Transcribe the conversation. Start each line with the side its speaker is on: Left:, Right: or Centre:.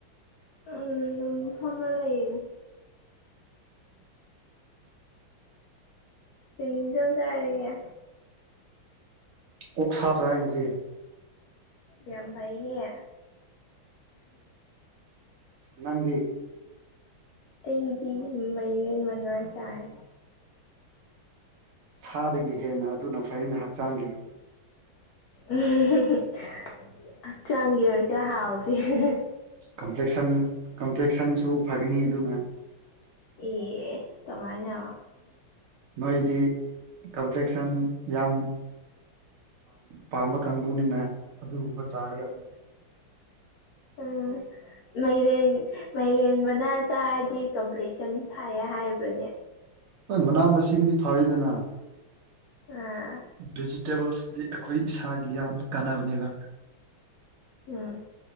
Left: ꯎꯝ ꯑꯗꯨꯝ ꯐꯃ ꯂꯩ ꯀꯩ ꯏꯟꯁꯥꯡ ꯆꯔꯒꯦ
Right: ꯑꯣꯛꯁ ꯆꯥꯏ ꯉꯁꯤ
Left: ꯌꯥꯝ ꯐꯩꯌꯦ
Right: ꯅꯪꯗꯤ
Left: ꯑꯇꯩꯗꯤ ꯃꯌꯣꯟ ꯃꯅꯥ ꯆꯥꯏ
Right: ꯁꯥꯗꯒꯤ ꯍꯦꯟꯅ ꯑꯗꯨꯅ ꯐꯩꯅ ꯍꯛꯆꯥꯡꯒꯤ
Left: ꯎꯝ ꯍꯛꯆꯥꯡꯒꯤ ꯑꯣꯏꯔꯁꯨ ꯍꯥꯎꯗꯨꯏꯅꯤ
Right: ꯀꯝꯄ꯭ꯂꯦꯛꯁꯟ ꯀꯝꯄ꯭ꯂꯦꯛꯁꯟꯁꯨ ꯐꯒꯅꯤ ꯑꯗꯨꯅ
Left: ꯑꯦ ꯀꯃꯥꯏꯅ
Right: ꯅꯣꯏꯗꯤ ꯀꯝꯄ꯭ꯂꯦꯛꯁꯟ ꯌꯥꯝ ꯄꯥꯝꯕ ꯀꯥꯡꯕꯨꯅꯤꯅ ꯑꯗꯨꯒꯨꯝꯕ ꯆꯥꯒꯔꯦ
Left: ꯎꯝ ꯃꯥꯏꯔꯦꯟ ꯃꯔꯦꯟ ꯃꯅꯥ ꯆꯥꯔꯗꯤ ꯀꯝꯄ꯭ꯂꯦꯛꯁꯟ ꯐꯥꯏꯌꯦ ꯍꯥꯏꯕ꯭ꯔꯅꯦ
Right: ꯍꯣꯏ ꯃꯅꯥ ꯃꯁꯤꯡꯗꯤ ꯐꯔꯤꯗꯅ
Left: ꯑꯥ
Right: ꯗꯤꯖꯤꯇꯦꯜꯁꯗꯤ ꯑꯩꯈꯣꯏ ꯏꯁꯥꯒꯤ ꯌꯥꯝ ꯀꯥꯟꯅꯕꯅꯦꯕ
Left: ꯑꯝ